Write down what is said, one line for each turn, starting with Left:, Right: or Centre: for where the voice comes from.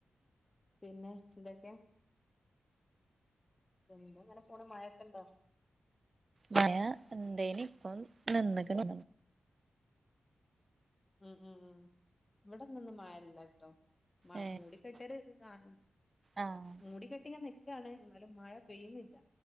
Left: പിന്നെ എന്തൊക്കെയാ? ന്ത ഇങ്ങനെ പോണ മഴൊക്കെണ്ടോ?
Right: മയാ ഉണ്ടേനി ഇപ്പൊ നിന്ന്ക്കണ്
Left: ഉം ഉം ഉം ഇവിടന്നൊന്നും ന്ന്‌ മയല്ലട്ടോ മ
Right: ഏഹ്
Left: മൂടിക്കെട്ടരു ഇത് കാണുന്നു
Right: ആഹ്
Left: ഉം മൂടി കെട്ടിങ്ങനെ നിക്കാണ് എന്നാലും മഴ പെയ്യുന്നില്ല